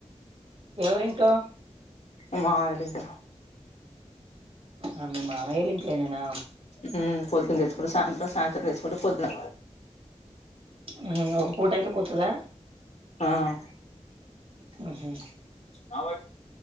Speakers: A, on the right (about 50°); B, on the left (about 65°).
A: ఎవరింట్లో
B: మా మామయ్య ఇంట
A: ఆ మీ మామయోల ఇంట్లనేేనా
B: మ్మ్ పొద్దున తెచ్చుకుంటే సాయంత్రం, సాయంత్రం తెచ్చుకుంటే పోద్దున
A: మ్ ఒక పూట అయితే పోతదా?
B: ఆ
A: హ్మ్ హు
B: ఆ